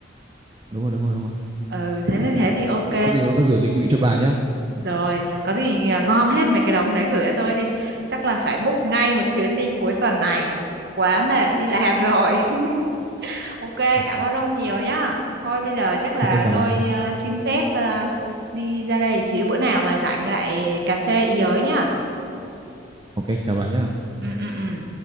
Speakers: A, on the right (about 25°); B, on the right (about 60°).
A: đúng rồi đúng rồi đúng rồi
B: ừ thế thế thì ok
A: Thế có gì tôi gửi định vị cho bà nhá
B: rồi có gì à, gom hết mấy cái đống đấy gửi cho tôi đi chắc là phải book ngay một chuyến đi cuối tuần này quá mệt đi làm rồi <laughs> ok
A: Ờ,
B: cảm ơn ông nhiều nhá thôi bây giờ chắc là
A: ok chào
B: tôi
A: bà nhá
B: à, xin phép à, đi ra đây xíu bữa nào mà rảnh lại cà phê ý ới nhá
A: ok chào bà nhá
B: ừ ừ ừ